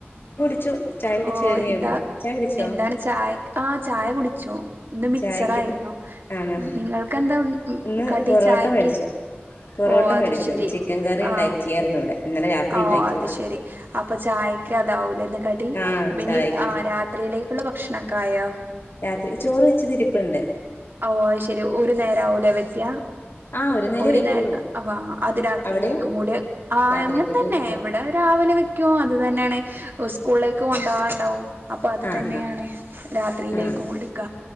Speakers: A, on the left (about 60°); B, on the right (about 55°).
A: ച്ചു ചായ കുടിച്ച്
B: ഓ
A: കഴിഞ്ഞേള്ളൂ
B: എന്താ
A: ചായ കുടിച്ചോ
B: എന്താണ് ചായക് ആഹ് ചായ കുടിച്ചു ഇന്ന് മിച്ചറായിരുന്നു
A: ചായക്കിപ്പം ആണോ
B: നിങ്ങൾക്കെന്താ ഉൺ
A: ഇന്ന്
B: കടി
A: പൊറോട്ട
B: ചായക്ക്
A: മേടിച്ചു പൊറോട്ട
B: ഓഹ് അത്
A: മേടിച്ചു
B: ശെരി
A: ചിക്കൻ കറി ഉണ്ടാക്കിയായിരുന്നു
B: ആഹ്
A: ഇവിടെ ഇന്നലെ രാത്രി
B: ഓഹ്
A: ഉണ്ടാക്കിയതാ
B: അത് ശെരി അപ്പ ചായക്ക് അതാവൂലേന്ന് കടി
A: ആഹ്
B: അപ്പൊ
A: ചായക്കത്
B: ഇനി ആഹ് രാ ത്രിയിലേക്കുള്ള ഭക്ഷണക്കായോ?
A: രാത്രി ചോറ് വെച്ചതിരിപ്പിണ്ട്
B: ഓഹ് അയ്ശെരി ഒരു നേരാവൂലേ വെക്ക്യാ
A: ആ നേരേ
B: ഒരു
A: വെക്കുള്ളൂ
B: നേരം അഹ് അത് രാത്രിയിലേക്കുംകൂടെ
A: അവിടെയോ
B: ആഹ്
A: രാത്രിക്ക്
B: അങ്ങൻതന്നെ
A: കൂടി ഉണ്ടല്ലോ
B: ഇവടെ രാവിലെ വെക്ക്യും അത് തന്നേണ് സ്കൂളിലേക്കും കൊണ്ടോവാണ്ടാവും അപ്പൊ അത്
A: ആ
B: തന്നെയാണ്
A: ആ
B: രാത്രിയിലേക്കും
A: ആ
B: എടുക്ക